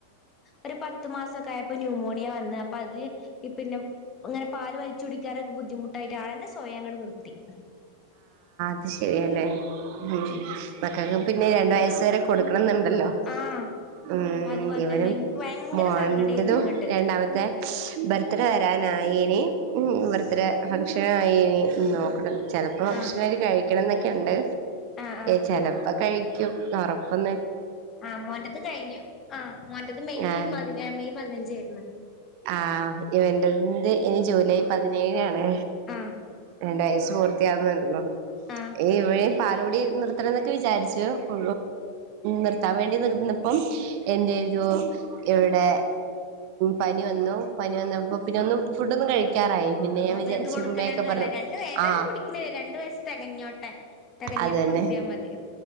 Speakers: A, on the left (about 25°); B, on the right (about 45°).
A: ഒരു പത്ത് മാസക്കെ ആയപ്പോ ന്യൂമോണിയ വന്ന അപ്പ അതില് പിന്നെനെ പാല് വലിച്ചു കുടിക്കാാനൊക്കെ ബുദ്ധിമുട്ടായിട്ട് ആളന്നെ സ്വയം അങ്ങട് നിർത്തി
B: അത് ശരിയല്ലേ ഉ മക്കൾക്ക് പിന്നെ രണ്ട വയസ് വരെ കൊടുക്കണം എന്നുണ്ട്
A: ആഹ്
B: ഉ
A: അതുപോലെ
B: ഇവനും
A: തന്നെ എനിക്ക് ഭയങ്കര
B: മതുും
A: സങ്കടായിരുന്നു ഇങ്ങട്ട്
B: രണ്ടാമത്തെ ബർത്ത്ഡേ വരാന നി ഉ ബർത്ത് ഡേ ഫംഗ്ഷന ആയിന്നോ ഇ ചിലപ്പോൾ ഫംഗ്ഷനർ
A: ആഹ്
B: കഴിക്കണം എന്നൊക്കെണ്ട്
A: ആഹ് ആഹ്
B: ചിലപ്പോൾ കഴി ക്കും ഉറപ്പൊ
A: ആ് മോൻ്റത് കഴിഞ്ഞു ആ മോൻ്റത് മെയ്
B: ആഹ്
A: പതിന മെയ് പതിനഞ്ച് ച്ചാർന്ന്
B: ആഹ് ഇവന്റെത് ഇനി ജൂലൈ പതിനേഴിന ആണ്
A: ആഹ്
B: രണ്ട വയസ്സ് പൂർത്തിയാകുന്നുണ്ടല്ലോ
A: ആഹ്
B: ഇവന് പാലോടി നിർത്തണം എന്നൊക്കെ വിചാരിച്ചു ഫു നിർത്താൻ വേണ്ടി നിർന്നപ്പം എൻ്റെ ഒരു ഇവിടെ പനി വന്നു പനി വന്ന അപ്പോ പിന്നെ ഒന്ന് ഫുഡ് ഒന്നും കഴിക്കും കഴിക്കാറായി പിന്നെ ഞാൻ
A: അപ്പൊ ഇത് കൊടുക്കലന്നെ
B: ചുമ്മയൊക്കെ
A: നല്ലേ
B: പറഞ്ഞു
A: രണ്ട് ഏതായാലും
B: ആ
A: കുടിക്കണില്ല രണ്ട് വയസ്സ് തികഞ്ഞോട്ടെ തികഞ്ഞിട്ട്
B: അത് തന്നെ
A: നിർത്തിയാ മതി